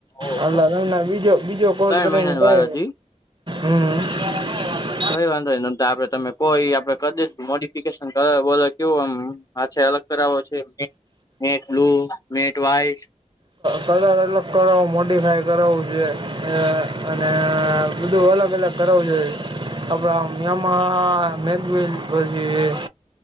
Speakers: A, on the left; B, on the right.
A: ઓહો
B: આલા રવલા ને બીજો વિડિયો કોલ
A: ત્રણ
B: કરીને
A: મહિનાની
B: કંઇ
A: વાર હતી
B: <unintelligible>
A: કઈ વાંધો ન તમ તો આપડે તમે. કોઈ આપડે કરી દઈશ મોડિફિકેશન બોલ કેવું આમ છે અલગ કરાવો છે એમ કે, matte blue, matte white,
B: colour અલગ કરવું મોડિફાય કરાવવું છે. અને બીજું અલગ અલગ, કરવો જોએ આપણે આપ આમ, માં મેગવેલ પછી